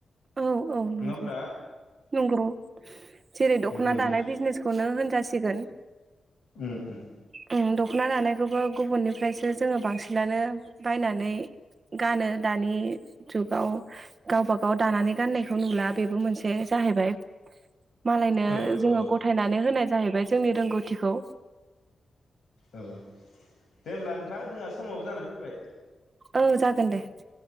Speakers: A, on the right; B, on the left.
A: औ औ
B: नङा
A: नंगौ
B: होमब्ला
A: नंग' जेरै दख'ना
B: नंगौ नों
A: दानाय बिजनेसखौ खौनो होनजासिगोन।
B: उम उम
A: ओ दख'ना दानायखौबो गुबुननिफ्रायसो जोङो बांसिनानो बायनानै गानो दानि जुगाव गावबा गाव दानानै गाननायखौ नुला बेबो मोनसे जाहैबाय। मालायनो
B: औ
A: जोङो
B: औ
A: गथायनानै होनाय जाहैबाय जोंनि रोंगौथिखौ
B: औ दे हब्ला नोंथां जोंहा समाबो जानानैै फैबाय।
A: औ जागोन दे।